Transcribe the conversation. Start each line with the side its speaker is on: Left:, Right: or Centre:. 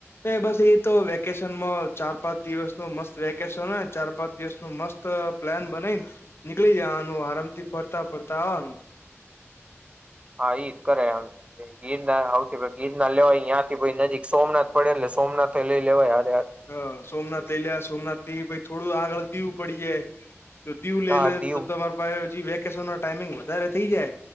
Left: એ બસ એ તો વેકેશન માં ચાર પાંચ દિવસ નું મસ્ત વેકેશન હોય ચાર પાંચ દિવસ નું મસ્ત પ્લાન બનાઈ ને નીકળી જ નું આરામથી ફરતા ફરતા આવવાનું
Right: હા ઈ જ કરેમ ગીરના આવથી ગીરના લેવાયાં થી નજીક સોમનાથ પડે સોમનાથથે લઈ લેવાયા
Left: હ સોમનાથ લઈ લ્યા સોમનાથ પ થોડું આગળ દીવું પડી જાય દીવ લઈ
Right: હા
Left: લે
Right: દીવ
Left: તમારે પાસે વેકેશન ટાઈમિંગ વધારે થઈ જાય